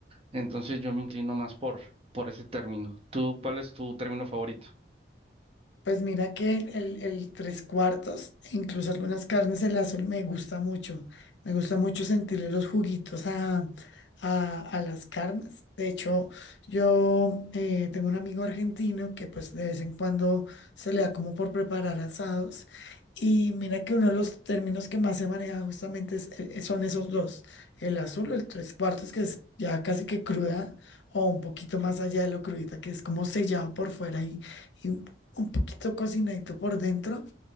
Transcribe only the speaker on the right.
Entonces yo me inclino más por, por ese término. ¿Tú, cuál es tu término favorito?